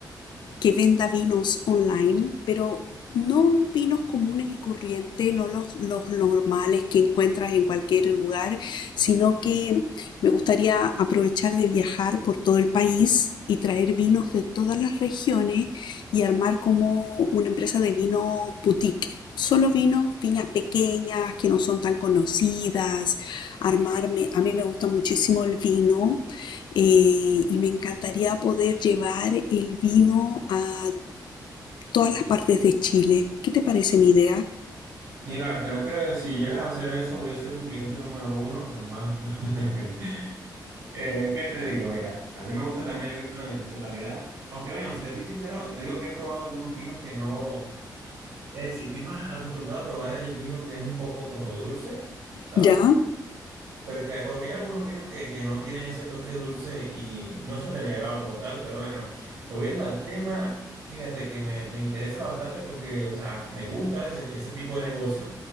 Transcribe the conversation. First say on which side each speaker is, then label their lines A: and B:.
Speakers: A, on the left (about 80°); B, on the right (about 80°).
A: que venda vinos online, pero no vinos comunes y corrientes, no los, los normales que encuentras en cualquier lugar, sino que me gustaría aprovechar de viajar por todo el país y traer vinos de todas las regiones y armar como una empresa de vinos boutique solo vino, viñas pequeñas que no son tan conocidas, armarme, a mí me gusta muchísimo el vino eh, y me encantaría poder llevar el vino a todas las partes de Chile. ¿Qué te parece mi idea?
B: Mira, creo que si llegas a hacer eso, voy a ser tu cliente número uno, o el más... <laughs> Eh, ¿qué te digo? Mira, a mí me gusta también el vino en su totalidad. Aunque bueno, si te soy sincero, te digo que he probado algunos vinos que no... Es decir, estoy más acostumbrado a probar el vino que es un poco como dulce, ¿sabes?
A: ¿Ya?
B: Porque, porque hay algunos vinos que, que no tienen ese toque dulce y no son de mi agrado como tal, pero bueno, volviendo al tema, fíjate que me, me interesa bastante porque, o sea, me gusta ese, ese tipo de negocios,